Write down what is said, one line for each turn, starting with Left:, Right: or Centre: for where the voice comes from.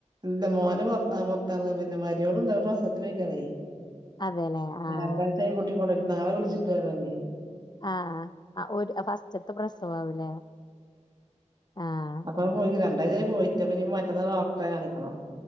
Right: ഇല്ല മോന് പൊറത്താ പൊറത്താന്ന് പിന്നെ മരിയോള്ണ്ടാ പ്രസവത്തിന് പോയ്ക്കാണെ
Left: അതെല്ലേ ആഹ്
Right: രണ്ടാഴ്ചായി കുട്ടിക്കൊണ്ട നാളെ വിളിച്ചിട്ട് വര്ന്നേ
Left: ആ ആ ഒര് ഫസ്റ്റത്തെ പ്രസവാവൂലേ ആഹ്
Right: അപ്പം പോയി രണ്ടാഴ്ചായി പോയിട്ട് അപ്പ ഇനി മറ്റന്നാ ഡോക്ടറെ കാണിക്കണം